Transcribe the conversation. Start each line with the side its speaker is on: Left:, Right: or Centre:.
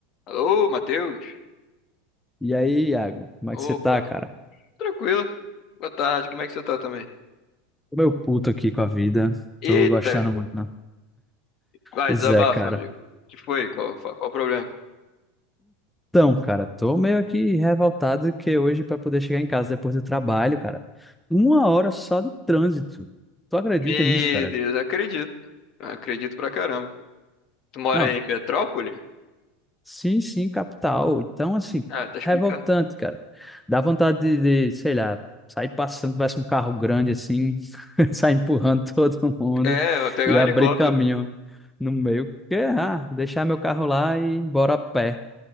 Left: Alô, Matheus?
Centre: E aí, Iago, como é
Left: Opa,
Centre: que você tá, cara?
Left: tranquilo. Boa tarde, como é que você tá também?
Centre: Tô meio puto aqui com a vida.
Left: Eita,
Centre: Tô gostando muito, não.
Left: vai,
Centre: Pois
Left: desabafa,
Centre: é, cara.
Left: amigo. O Que foi? Qual, fa- qual o problema?
Centre: Então, cara, tô meio aqui revoltado que hoje pra poder chegar em casa depois do trabalho, cara, uma hora só de trânsito. Tu acredita
Left: Meu
Centre: nisso, cara?
Left: Deus, acredito. Acredito pra caramba. Tu mora
Centre: Não,
Left: em Metrópole?
Centre: Sim, sim, capital. Então, assim,
Left: Ah, tá explicado.
Centre: revoltante, cara. Dá vontade de, de, sei lá, sair passando, tivesse um carro grande assim, <laughs> sair empurrando todo mundo
Left: É, vai pegar
Centre: e abrir
Left: um helicóptero.
Centre: caminho no meio. Que, ah, deixar meu carro lá e ir embora a pé.